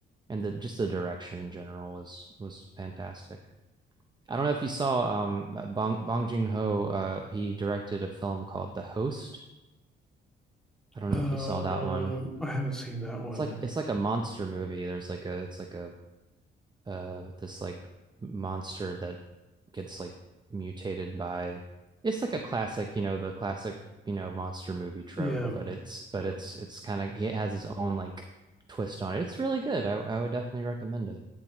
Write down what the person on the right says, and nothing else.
and the just the direction in general was was fantastic i don't know if you saw um uh, bong bong joon-ho uh he directed a film called the host i don't
know if you saw that one
it's like it's like a monster movie there's like a it's like a uh this like monster that gets like mutated by it's like a classic, you know, the classic, you know, monster movie trope,
but it's but
it's it's kind of he has his own like twist on it. It's really good. I I would definitely recommend it.